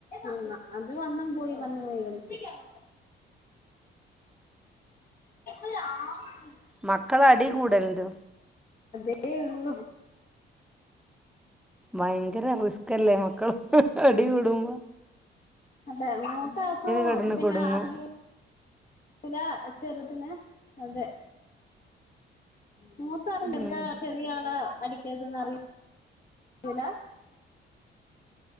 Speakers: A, on the left; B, in the centre.
A: എന്നാ അത് വന്നും പോയി വന്നും പോയി കളിക്കും ഒരു ആ ച്ച്
B: മക്കളടി കൂടല്ണ്ട്
A: അതെ ഉള്ളൂ
B: ഭയങ്കര റിസ്ക് അല്ലേ മക്കള് അടികൂടുമ്പോ
A: അതെ മൂത്താക്കൂ
B: കിടന്ന്
A: പിന്നെ
B: കുടുങ്ങും
A: അറിയൂ <unintelligible> ലാ വെച്ച് ചെറുതിന് അതെ മൂത്താളുണ്ടല്ലേ
B: ഉം
A: ചെറിയ ആള് അടി ക്കാത്തത് അറിയും ലാ